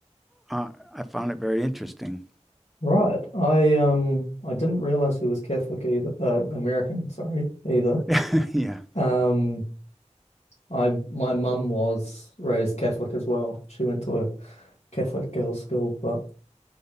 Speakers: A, in the centre; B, on the left (about 65°).
A: uh, I found it very interesting.
B: Right. I um I didn't realize he was Catholic either, uh, American, sorry, either.
A: <laughs> yeah.
B: Um I my mum was raised Catholic as well. She went to a Catholic girls' school, but